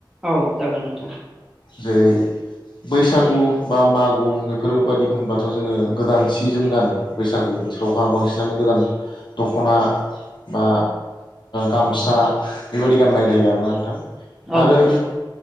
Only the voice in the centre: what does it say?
औ जागोन नोंथां।
औ
नंगौ।